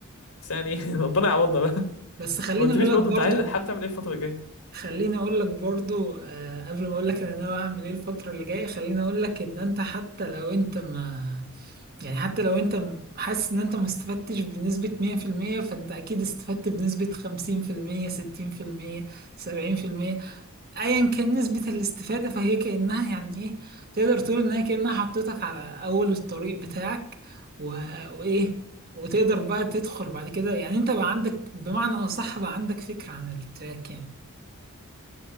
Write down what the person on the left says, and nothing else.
بس يعني <laughs> ربنا يعوضنا بقى
ما قلتليش
برضه
انت عايز حابب تعمل ايه الفتره الجايه